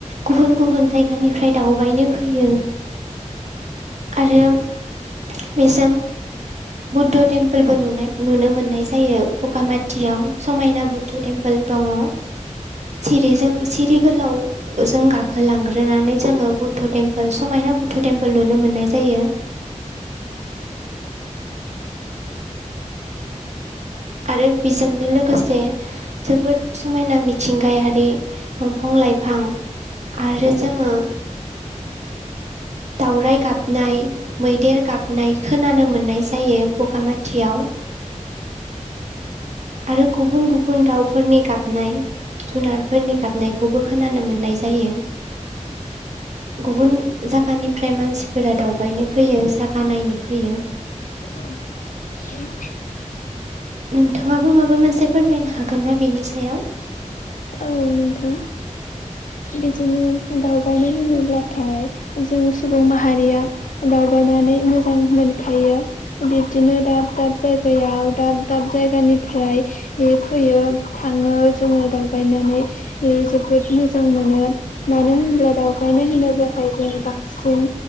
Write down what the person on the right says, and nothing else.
गुबुन गुबुन जायगानिफ्राय दावबायनो फैयो। आरोम बेजों बुद्ध' टेमपोलबो नुनाय नुनो मोन्नाय जायो बखामाथियाव समायना बुद्ध' थेम्पो <unintelligible> दङ' सिरिजों सिरि गोलाव जों गाखोलांग्रोनानै जोङो बुद्ध टेम्पोलस समायना बुध टेम्पोल नुनो मोननाय जायो। आरो बेजोंनो लोगोसे जोबोद समायना मिथिंगायारि दंफं <unintelligible> लाइफां आरो जोङो दावराइ गाबनाय मैदेर गाबनाय खोनानो मोननाय जायो बगामाथियाव आरो गुबुन गुबुन दाउफोरनि गाबनाय जुनारफोरनि गाबनायखौबो खोनानो मोननाय जायो। गुबुन जागानिफ्राय मानसिफोरा दावबायनो फैयो जागा नायनो फैयो।
नोंथाङाबो माबा मोनसे फोरमायनो हागोन ना बेनि सायाव